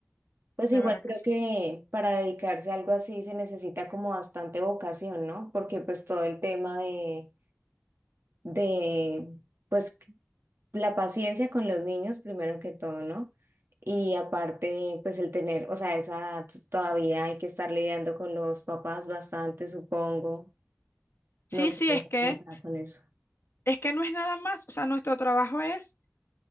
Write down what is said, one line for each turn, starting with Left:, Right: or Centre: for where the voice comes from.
Right: Pues igual
Left: de verdad
Right: creo
Left: que sí.
Right: que para dedicarse a algo así se necesita como bastante vocación, ¿no? Porque pues todo el tema de, de, pues la paciencia con los niños primero que todo, ¿no? Y aparte, pues el tener, o sea, esa edad todavía hay que estar lidiando con los papás bastante, supongo.
Left: Sí,
Right: No sé
Left: sí, es que
Right: cómo está con eso.
Left: Es que no es nada más, o sea, nuestro trabajo es